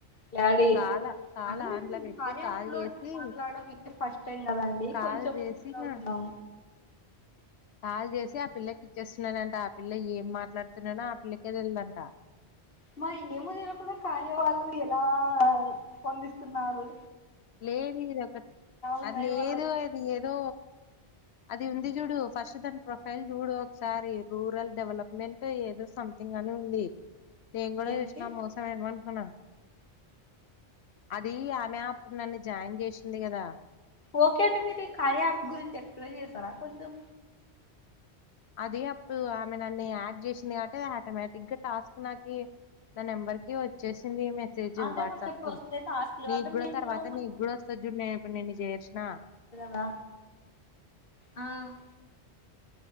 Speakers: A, on the left; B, on the left.
A: గ్లాడి
B: కాల కాల్
A: అంటే మేం
B: ఆన్ల పెట్టి
A: కార్యా
B: కాల్
A: యాప్ లో
B: చేసి
A: మాట్లాడడం ఇదే ఫస్ట్ టైం కదా
B: కాల్
A: కొంచం
B: చేసి ఇంగ
A: అవుతున్నాం
B: కాల్ చేసి ఆ పిల్లకి ఇచ్చేస్తున్నానంట పిల్ల ఏం మాట్లాడుతున్ననో ఆ పిల్లకే తెల్దంట
A: మరి ఏమీ తెలుకుండా కార్య వాళ్ళు ఎలా స్పందిస్తున్నారూ
B: లేదు ఇది ఒక
A: ఉన్నాయి
B: అది లేదూ
A: వాళ్ళకి
B: అది ఏదో అది ఉంది చూడూ ఫస్ట్ దానిన ప్రొఫైల్ చూడు ఒక్సారి రూరల్ డెవలప్మెంట్ ఏదో సంథింగ్ గానే ఉంది నేను గుడా
A: ఏంటి
B: చష్న మోసం ఏమొనుకున్నా అది ఆమె నన్ను జాయిన్ చేషింది గదా
A: ఓకే అండి మీర్ ఈ కార్యాప్ గురించి ఎక్స్ప్లెయిన్ చేస్తరా కొంచెం
B: అదీ అప్పుడూ ఆమె నన్ను యాడ్ చేసింది కావట్టె ఆటోమేటిక్గా టాస్క్ నాకీ న నెంబర్ కె వచ్చేస్ మెసేజ్
A: అంటే
B: వాట్సాప్
A: మాకు ఫస్ట్
B: కి
A: అయితే హాస్టల్
B: నీ
A: అంటే
B: గుడా
A: మేము
B: తర్వాత
A: కూడా
B: నీ గుడా వస్తది చూడు నేన్ ఇప్పుడ్ నిన్న చేర్షన
A: దా ఆ <inaudible>